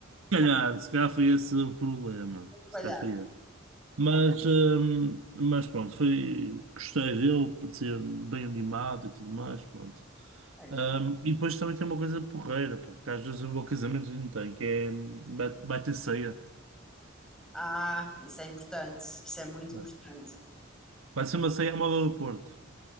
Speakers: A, on the right; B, in the centre.
A: Se calhar, se calhar foi esse o problema.
B: Olha,
A: Se calhar foi esse. Mas, hum, mas pronto, foi, gostei dele, parecia bem animado e tudo mais, pronto.
B: olha
A: Hum,
B: isso.
A: e depois também tem uma coisa porreira, pá, que às vezes o meu casamento não tem, que é, hum, vai, vai ter ceia.
B: Ah, isso é importante. Isso é muito
A: Não.
B: importante.
A: Vai ser uma ceia à moda do Porto.